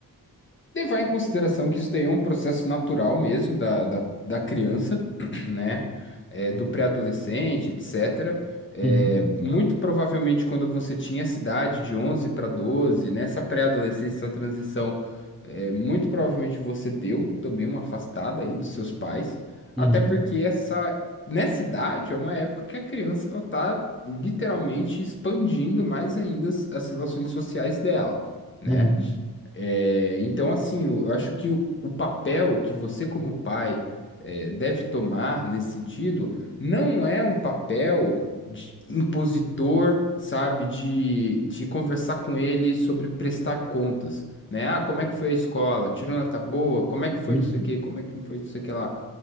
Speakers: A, on the left; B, in the centre.
A: levar em consideração que isso daí é um processo natural mesmo da, da, da criança, <clears throat> né? É, do pré-adolescente, etc. É,
B: Uhum,
A: muito provavelmente quando você tinha essa idade de 11 para 12, nessa pré-adolescência, essa transição, é, muito provavelmente você deu também uma afastada aí dos seus pais, até
B: uhum,
A: porque essa, nessa idade é uma época que a criança ela tá literalmente expandindo mais ainda as as relações sociais dela né?
B: uhum,
A: É, então, assim, eu acho que o, o papel que você, como pai, é, deve tomar nesse sentido não é um papel de impositor, sabe, de, de conversar com ele sobre prestar contas, né? Ah, como é que foi a escola? Tirou nota boa? Como é que foi
B: uhum,
A: não sei o quê? Como é que não foi não sei o que lá?